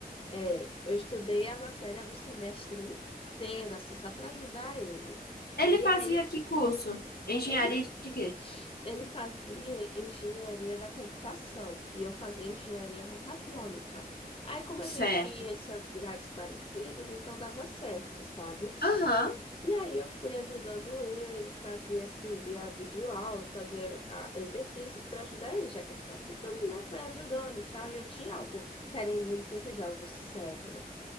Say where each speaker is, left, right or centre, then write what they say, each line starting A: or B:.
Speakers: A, on the left (about 35°); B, on the left (about 80°).
A: É, eu estudei a matéria do semestre inteiro, assim, só para ajudar ele.
B: Ele
A: E
B: fazia
A: aí.
B: que curso? Engenharia
A: Ele
B: de quê?
A: ele fazia engenharia da computação e eu fazia engenharia mecatrônica. Aí, como
B: Certo.
A: a gente tinha essas grades parecidas, então dava certo, sabe?
B: Aham.
A: E aí eu fui ajudando ele, fazia assim, via videoaula, fazia ah, exercícios para ajudar ele, já que ele tá ficando, né? Foi ajudando e tal. E eu tinha algo, querendo o intuito de algo sério,